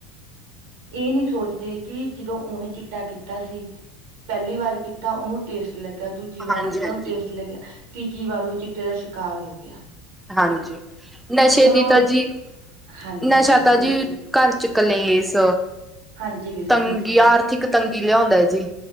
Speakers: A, on the right; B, in the centre.
A: ਇਹ ਨਹੀਂ ਸੋਚਦੇ ਕਿ ਜਦੋਂ ਉਹਨੇ ਚਿੱਟਾ ਕੀਤਾ ਸੀ ਪਹਿਲੀ ਵਾਰ ਕੀਤਾ ਉਹਨੂੰ ਟੇਸਟ ਲੱਗਿਆ ਦੂਜੀ
B: ਹਾਂਜੀ-ਹਾਂਜੀ,
A: ਵਾਰ ਕਿ ਕੀਤਾ ਉਹਨੂੰ ਟੇਸਟ ਲੱਗਿਆ ਤੀਜੀ ਵਾਰ ਉਹ ਚਿੱਟੇ ਦਾ ਸ਼ਿਕਾਰ ਹੋ ਗਿਆ
B: ਹਾਂਜੀ- ਨਸ਼ੇ
A: ਹੁਣ
B: ਦੀ ਤਾ ਜੀ
A: ਹਾਂਜੀ
B: ਨਸ਼ਾ
A: ਹਾਂਜੀ
B: ਤਾ
A: ਬਿਲਕੁਲ
B: ਜੀ ਘਰ ਚ ਕਲੇਸ਼
A: ਹਾਂਜੀ ਬਿਲਕੁਲ
B: ਤੰਗੀ
A: ਜੀ
B: ਆਰਥਿਕ ਤੰਗੀ ਲਿਆਉਂਦਾ ਹੈ ਜੀ